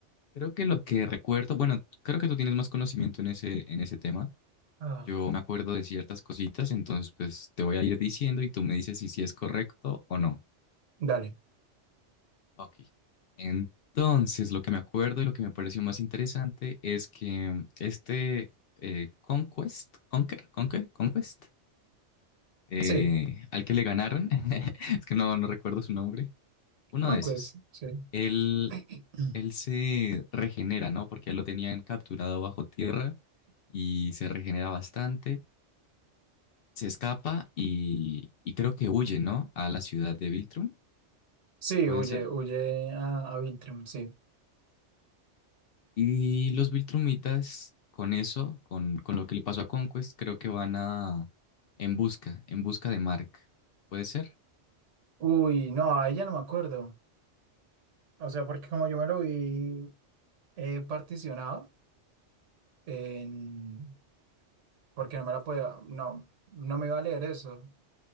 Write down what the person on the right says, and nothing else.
Ah,
Dale.
Sí.
Conquest,
sí.
<clears throat>
Sí,
huye,
huye a, a Viltrum, sí.
Uy, no, ahí ya no me acuerdo. O sea, porque como yo me lo vi eh, particionado, en... porque no me la podía, no, no me iba a leer eso.